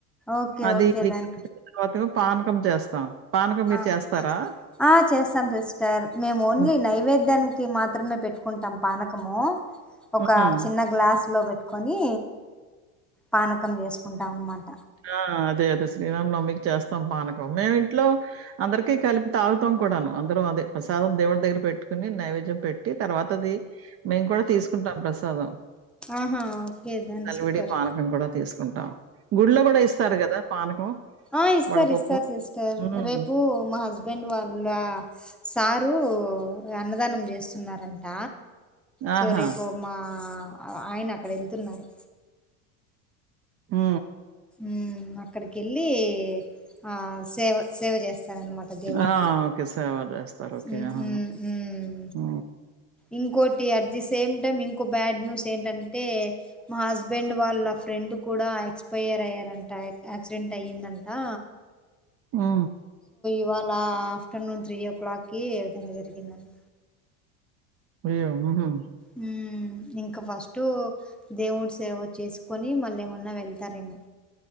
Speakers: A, in the centre; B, on the right (about 40°).
A: ఓకే
B: అది
A: ఓకే
B: ఇది
A: దెన్
B: తర్వాతెమో పానకం చేస్తాం పానకం మీరు
A: ఆ
B: చేస్తారా
A: ఆ చేస్తాం సిస్టర్ మేము ఓన్లీ
B: హ్మ్.
A: నైవేద్యానికి మాత్రమే పెట్టుకుంటాం పానకము ఒక
B: హ్మ్.
A: చిన్న గ్లాసు లో పెట్టుకొని పానకం చేసుకుంటాం అనమాట
B: ఆ అదే అదే శ్రీరామ నవమికి చేస్తాం పానకం మేము ఇంట్లో అందరికి కలిపి తాగుతాం కూడాను అందరం అదదె ప్రసాదం దేవుడి దగ్గర పెట్టుకుని నైవేద్యం పెట్టి తర్వాత అది మేము కూడ తీసుకుంటాం ప్రసాదం
A: ఆహా ఓకే దెన్
B: చల్విడి
A: సూపర్
B: పానకం కూడ తీస్ కుంటాం గుళ్లో గూడ ఇస్తారు గదా పానకం
A: ఆ ఇస్తారు
B: వడపప్పు.
A: ఇస్తారు సిస్టర్
B: హ్మ్.
A: రేపు మా హస్బెండ్ వాళ్ళ సార్ టు అన్నదానం చేస్తున్నారంట
B: ఆహా!
A: సో రేపు మా ఆయన అక్కడెళ్తున్నారు
B: మ్
A: మ్ అక్కడికి ఎళ్ళి ఆ సేవ సేవ చేస్తారనమాట దేవునికి
B: ఆ ఒకే సేవ చేస్తారు ఒకే
A: మ్మ్,
B: ఆ
A: మ్మ్, మ్మ్.
B: ఓ
A: ఇంకోటి అట్ ది సేమ్ టైమ్ ఇంకో బ్యాడ్ న్యూస్ ఏంటంటే మా హస్బెండ్ వాళ్ళ ఫ్ ఫ్రెండ్ కూడా ఎక్స్పైయర్ అయ్యారంట యాక్సిడెంట్ అయ్యిందంటా
B: మ్
A: ఇవాళ్ళ ఆఫ్టర్నూన్ త్రీ ఓ క్లాక్కిి ఎ విధంగా జరిగిందంట
B: అయ్యో ఉహు
A: మ్ ఇంకా ఫస్ట్ దేవుడ్ సేవ చేసుకొని మళ్ళేమన్న వెళ్తారేమో